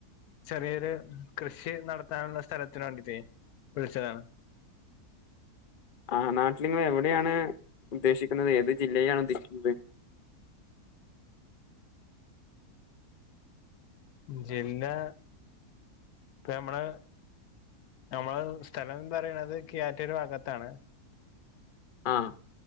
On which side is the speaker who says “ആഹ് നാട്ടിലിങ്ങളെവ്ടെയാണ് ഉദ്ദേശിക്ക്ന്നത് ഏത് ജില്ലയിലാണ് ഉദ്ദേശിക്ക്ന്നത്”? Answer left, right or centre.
Left